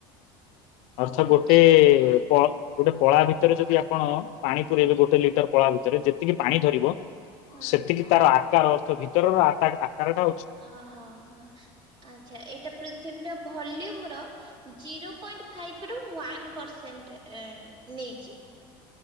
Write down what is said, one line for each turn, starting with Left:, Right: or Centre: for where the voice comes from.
Right: ହୁଁ
Left: ଅର୍ଥ ଗୋଟେ
Right: ଏଇଟା
Left: ପ ଗୋଟେ ପଳା ଭିତରେ ଯଦି ଆପଣ ପାଣି ପୁରଇବେ ଗୋଟେ ଲିଟର ପଳା ଭିତରେ ଯେତିକି ପାଣି ଧରିବ
Right: ହଁ
Left: ସେତିକି ତାର ଆକାର ଅର୍ଥ ଭିତରର ଆକାର ଆକାରଟା ଅଛି।
Right: ଅହ ହଁ ଆଚ୍ଛା ଏଇଟା ପୃଥିବୀରା ଭଲ୍ୟୁମ୍ ଆମର ଜିରୋ ପଏଣ୍ଟ ଫାଇପରୁ ୱାନ ପର୍ସେଣ୍ଟ ନେଇଚି।